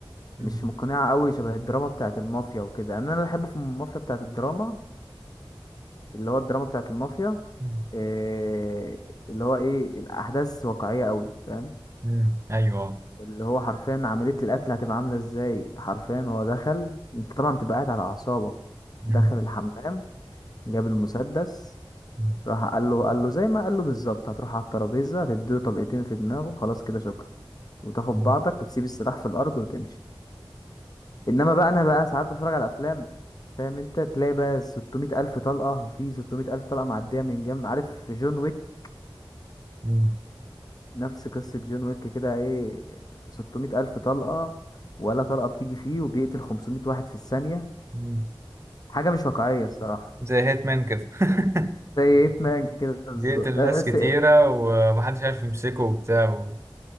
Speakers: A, on the right (about 30°); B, on the left (about 45°).
A: مم.
B: مش مقنعه قوي شبه الدراما بتاعه المافيا وكده يعني انا اللي بحبه في المافيا بتاعه الدراما اللي هو الدراما بتاعه المافيا
A: مم.
B: إيه اللي هو ايه الاحداث واقعيه قوي فاهم
A: مم. ايوه
B: اللي هو حرفيا عملية القتل هتبقى عاملة ازاي حرفيا هو دخل انت طبعا بتبقى قاعد على أعصابك
A: مم.
B: دخل الحمام جاب المسدس
A: مم.
B: راح قال له قال له زي ما قال له بالظبط هتروح على الترابيزة هتديله طلقتين في دماغه خلاص كده شكرا وتاخد
A: مم.
B: بعضك وتسيب السلاح في الأرض وتمشي إنما بقى أنا بقى ساعات بتفرج على أفلام فاهم أنت تلاقي بقى 600 ألف طلقة وفي 600 ألف طلقة معدية من جنب عارف جون ويك
A: مم.
B: نفس قصة جون ويك كده ايه 600 ألف طلقة ولا طلقة بتيجي فيه وبيقتل 500 واحد في الثانية
A: مم.
B: حاجة مش واقعية الصراحة
A: زي هيتمان كده <laughs>
B: زي هيتمان كده بالظبط
A: بيقتل
B: ده
A: ناس
B: بس
A: كتيرة ومحدش عارف يمسكه وبتاع و...